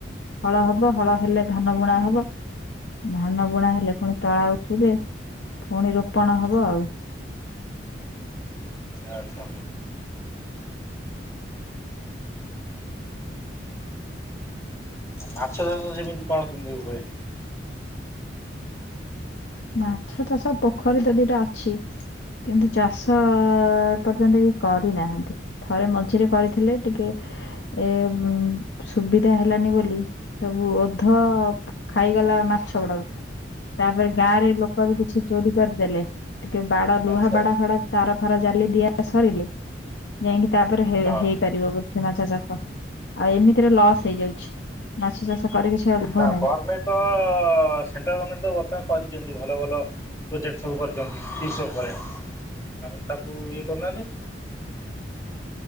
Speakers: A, on the left (about 75°); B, on the left (about 15°).
A: ହଳ ହବ, ହଳ ହେଲେ ଧାନ ବୁଣା ହବ, ଧାନ ବୁଣା ହେଲେ ପୁଣି ତଳା ଉଠିବେ ପୁଣି ରୋପଣ ହବ ଆଉ
B: ଆଚ୍ଛା ଆଚ୍ଛା। ମାଛ ଚାଷ ସେମିତି କଣ କେମତି ହୁଏ
A: ମାଛ ଚାଷ ପୋଖରୀ ତ ଦିଟା ଅଛି କିନ୍ତୁ ଚାଷ--ଏ ପର୍ଯ୍ୟନ୍ତ କି କରିନାହାନ୍ତି ଥରେ ମଝିରେ କରିଥିଲେ ଟିକେ ଏ--ସୁବିଧା ହେଲାନି ବୋଲି ସବୁ ଓଧ ଖାଇଗଲା ମାଛ ଗୁଡାକୁ ତାପରେ ଗାଁରେ ଲୋକ ବି କିଛି ଚୋରି କରିଦେଲେ ଟିକେ ବାଡ
B: ଆଚ୍ଛା
A: ଲୁହା ବାଡ ଫାଡ ତାର ଫାର ଜାଲି ଦିଆ ସରିଲେ ଯାଇକି ତାପରେ ହେଇ
B: ହଁ
A: ହେଇପାରିବ ବୋଧେ ମାଛ ଚାଷ ଆଉ ଏମିତିରେ ଲସ୍ ହେଇଯାଉଛି, ମାଛ ଚାଷ କରି କିଛି ଲାଭ
B: ନା
A: ନାହିଁ
B: ଗଭରମେଣ୍ଟ ତ ସେଣ୍ଟ୍ରାଲ ଗଭମେଣ୍ଟ ତ ବର୍ତ୍ତମାନ କରିଛନ୍ତି ଭଲ ଭଲ ପ୍ରୋଜେକ୍ଟ ସବୁ କରିଛନ୍ତି ଫିସ ଉପରେ ଆପଣ ତାକୁ ଇଏ କରୁନାହାନ୍ତି